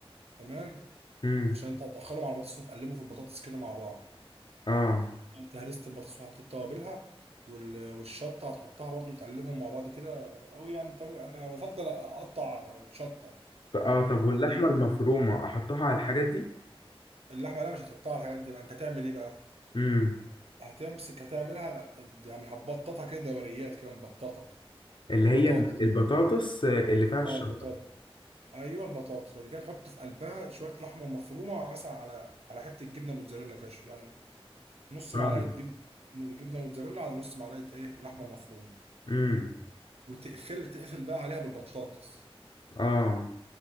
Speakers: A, on the right (about 85°); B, on the left (about 55°).
A: تمام
B: مم.
A: عشان انت هتدخله مع البطاطس وتقلبه في البطاطس كده مع بعض
B: اه
A: انت هرست البطاطس وحطيت توابلها وال- والشطه هتحطها برضو تقلبهم مع بعض كده قوي يعني طب انا بفضل اقطع شطه
B: ط- اه
A: تكون
B: طب واللحمه
A: عاديه
B: المفرومه احطها على الحاجات دي
A: اللحمه لا مش هتقطعها الحاجات دي بقى انت هتعمل ايه بقى
B: امم
A: هتمسك هتعملها يعني هتبططها كده دوريات كده مبططه
B: اللي
A: البطاطس
B: هي البطاطس اللي فيها الشطه
A: اه البطاطس ايوه البطاطس وبعد كده تحط في قلبها شويه لحمه مفرومه مثلا على على حته جبنه موتزاريلا كده يعني نص معلقه
B: اه
A: جب... جبنه موتزاريلا على نص معلقه ايه لحمه مفرومه
B: امم
A: وتقفل تقفل بقى عليها بالبطاطس
B: اه